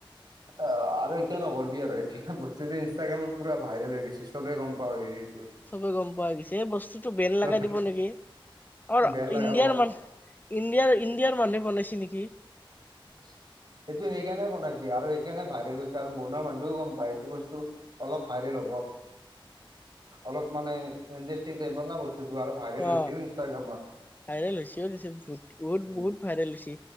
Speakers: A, on the right; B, on the left.
A: আৰু এতিয়া নকৰিবি আৰু। বত্তটো ইনষ্টাগ্ৰামৰ পুৰা ভাইৰেল হৈ গৈছে সবে গম পোৱা হৈ গৈছিল।
B: চবে গম পোৱা গৈছে, এই বস্তুতটো বেন
A: ত
B: লগাই দিব নেকি। অ'
A: বেন লগাব
B: ইণ্ডিয়াৰ মানু ইণ্ডিয়াৰ ইণ্ডিয়াৰ মানুহে বনাইছে নেকি।
A: <unintelligible> সটো সেইকাৰণে বনাইছে আৰু সেইকাৰণে ভাইৰেল গৈছে আৰু বনোৱা মানুহটোও গম পায়, এইটো বস্তু অলপ ভাইৰেল। অলপ মানে ইণ্টাৰেষ্টিং টাইপৰ নহ বস্তু। ত আৰু ভাইৰেল হৈচে
B: অ
A: ইনষ্টাগ্ৰামত।
B: ভাইৰেল হৈছে বহুত বহুত
A: উম
B: বহুত ভাইৰেল হৈছে